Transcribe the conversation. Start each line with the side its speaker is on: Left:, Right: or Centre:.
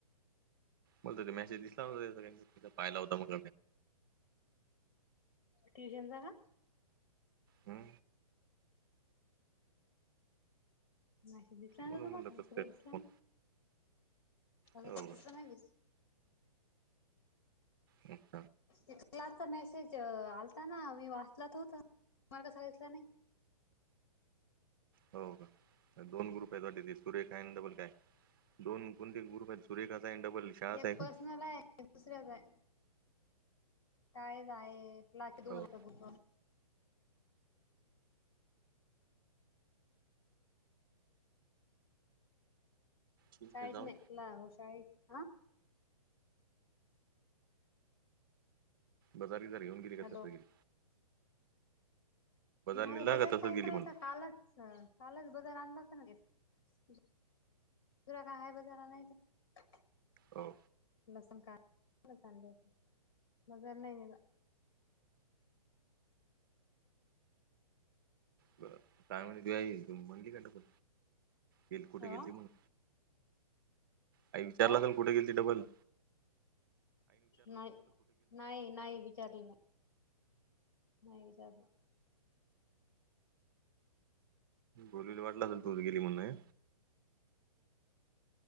Right: बोल त ते मेसेज दिसला नव्हता पाहिला होता मग
Left: ट्यूशनचा हा
Right: हम
Left: मेसेज दिसला नाही
Right: म्हणून
Left: तु
Right: म्हणलं
Left: मा
Right: कसं
Left: दिसला
Right: काय फोन
Left: नाही मला
Right: हो
Left: तर
Right: का
Left: तसं नाही दिसलं.
Right: ठीक
Left: क्लासचा मेसेज आलता ना मी वाचलात होत तला कस दिसला नाही
Right: हो का दोन ग्रुप आहेत त ते सूर्य काय आणि डबल काय दोन कोणते ग्रुप आहेत सुरेखा आहे आणि डबल शाळाचा
Left: एक
Right: आहे का
Left: पर्सनल आहे एक दुसऱ्याच आहे कायच आहे ला दोन
Right: हो
Left: ब
Right: ठीक
Left: शाळेज
Right: आहे जाऊ
Left: नाही ऐकला हो शाळे ह
Right: बाजारी जर येऊन गेली
Left: हॅलो
Right: कत गेरी
Left: नाही
Right: नेला
Left: बाजार
Right: का तसंच
Left: काय
Right: गेली
Left: करायचां
Right: म्हणलं
Left: कालच कालच बजार आणणारच घ तुरा का आहे बजार आणायचा
Right: हो
Left: लसण काडच मजर नाही का
Right: ब काय म्हण तू म्हणली का टाकण गे कुठे
Left: अ
Right: गेल त म्हणून का विचारलं
Left: काय?
Right: तरल कुठे गेल त डबल
Left: नाही, नाही, नाही विचारलं नाही, नाही विचारलं
Right: बोलली वाटलं असेल तू गेली म्हणून ए